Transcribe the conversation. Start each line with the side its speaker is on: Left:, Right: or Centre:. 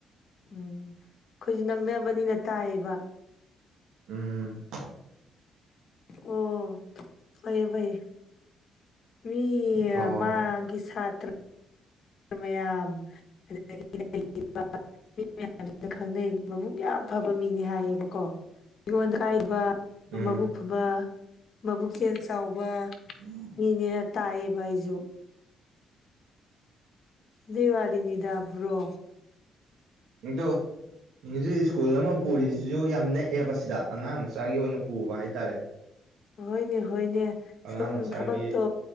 Left: ꯎꯝ ꯑꯈꯣꯏꯁꯨ ꯅꯛꯅꯕꯅꯤꯅ ꯇꯥꯏꯌꯦꯕ
Right: ꯎꯝ
Left: ꯑꯣ ꯐꯩꯌꯦ ꯐꯩꯌꯦ ꯃꯤ
Right: ꯍꯣꯏ
Left: ꯃꯥꯒꯤ
Right: ꯍꯣꯏ ꯍꯣꯏ
Left: ꯁꯥꯇ꯭ꯔ ꯃꯌꯥꯝ <unintelligible> ꯃꯤ ꯃꯌꯥꯝꯁꯤꯅ ꯈꯪꯅꯩ ꯃꯕꯨꯨꯛ ꯌꯥꯝ ꯐꯕ ꯃꯤꯅꯤ ꯍꯥꯏꯌꯦꯕꯀꯣ ꯑꯩꯉꯣꯟꯗ ꯍꯥꯏꯕ
Right: ꯎꯝ
Left: ꯃꯕꯨꯛ ꯐꯕ ꯃꯕꯨꯛ ꯆꯦꯜ ꯆꯥꯎꯕ
Right: ꯎꯝ
Left: ꯃꯤꯅꯤꯅ ꯇꯥꯏꯌꯦꯕ ꯑꯩꯁꯨ ꯗꯦꯋꯥꯔꯤꯅꯤ ꯗꯕ꯭ꯔꯣ
Right: ꯏꯗꯣ ꯍꯧꯖꯤꯛ ꯁ꯭ꯀꯨꯜ ꯑꯃ ꯄꯨꯔꯤꯁꯤꯁꯨ ꯌꯥꯝ ꯅꯦꯛꯑꯦ ꯁꯤꯗ ꯑꯉꯥꯡ ꯃꯆꯥꯒꯤ ꯑꯣꯏꯅ ꯄꯨꯕ ꯍꯥꯏꯇꯥꯔꯦ
Left: ꯍꯣꯏꯅꯦ ꯍꯣꯏꯅꯦ
Right: ꯑꯉꯥꯡ
Left: ꯁꯨꯝ
Right: ꯃꯆꯥꯒꯤ
Left: ꯊꯕꯛꯇꯣ